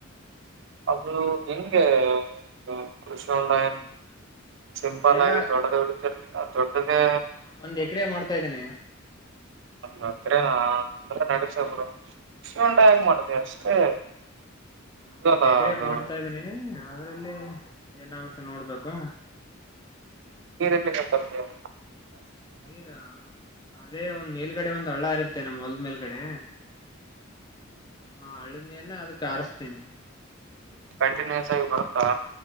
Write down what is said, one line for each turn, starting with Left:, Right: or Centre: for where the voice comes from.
Right: ಅದು ಹೆಂಗೆ ಈಗ ಕೃಷಿಹೊಂಡಾಯನ್. ಸಿಂಪಲ್
Left: ಅದೆಲ್ಲಾ
Right: ಆಗಿ ದೊಡ್ಡದೇ ಹೊಡಿತರಿ ಅದ್ ದೊಡ್ಡದೇ.
Left: ಒಂದ್ ಎಕರೆ ಮಾಡ್ತಾ ಇದ್ದೀನಿ.
Right: ಹಂಗಂದ್ರೆ ನಾ ಅಂದ್ರೆ ನಡಿತದ ಬುಡು ಕೃಷಿ ಹೋಂಡ ಹೆಂಗ ಮಾಡತಿ ಅಷ್ಟೇ.
Left: ಹ್ಮ್
Right: ಇದಲ್ಲ
Left: ಒಂದ್ ಎಕರೆ
Right: ಅದು
Left: ಮಾಡ್ತಾ ಇದೀನಿ ಅದ್ರಲ್ಲಿ ಏನಾಗುತ್ತೆ ನೋಡ್ಬೇಕು.
Right: ನೀರೆಲ್ಲಿಂದ ತರ್ತೀಯ್
Left: ನೀರ್ ಅದೇ ಒಂದ್ ಮೇಲ್ಗಡೆ ಒಂದ್ ಹಳ್ಳ ಇರುತ್ತೆ ನಮ್ಮ ಹೊಲ್ದ್ ಮೇಲ್ ಗಡೆ. ಹಾ ಹಳ್ಳದ ನೀರನ್ ಅದಕ್ ಆರಸ್ತೀನಿ.
Right: ಕಂಟಿನ್ಯೂಸ್ ಆಗಿ ಬರುತ್ತಾ.